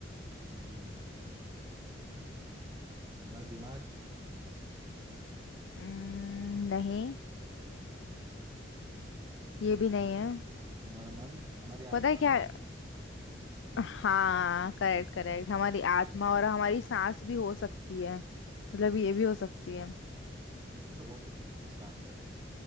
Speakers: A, on the right (about 25°); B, on the left (about 75°).
A: हम्म हमारा दिमाग
B: उम्म, नहीं
A: हम्म,
B: ये भी नहीं है
A: हमारा मन हमारी
B: पता
A: आत्मा
B: है क्या है? हाँ करेक्ट करेक्ट हमारी आत्मा और हमारी सांस भी हो सकती है मतलब
A: हम्म,
B: ये
A: हाँ
B: भी हो सकती है
A: होने के लिए तो बहुत कुछ हो सकता है इसका आंसर